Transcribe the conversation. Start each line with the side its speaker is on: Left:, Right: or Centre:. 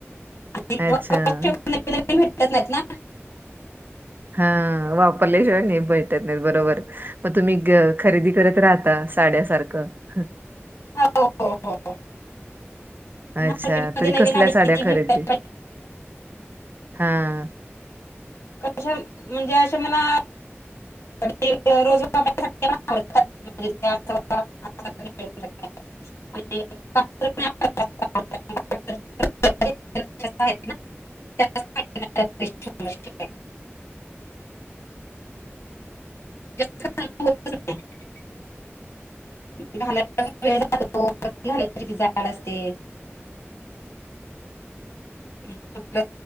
Left: भेटत
Right: अच्छा
Left: नाहीत ना
Right: हा वापरल्याशिवाय नाही भैटत नाही बरोबर मग तुम्ही खरेदी करत राहता साड्यासारखं
Left: हो हो हो
Right: अच्छा
Left: मार्टे मध्ये
Right: तरी
Left: नवीन
Right: कसल्या
Left: <unintelligible>
Right: साड्या खरेदी
Left: किती <unintelligible>
Right: हा
Left: कशा म्हणजे अशा मला ते रोज <unintelligible> <unintelligible> <unintelligible> त्या साड्या मला शिवायला. <unintelligible> <unintelligible> जाड असते. <unintelligible> <inaudible>